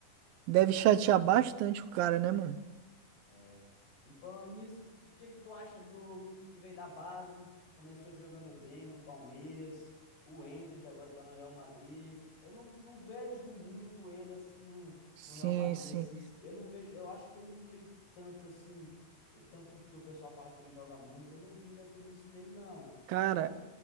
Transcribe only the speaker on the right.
Deve chatear bastante o cara, né, mano?
Sim,
sim.
Cara,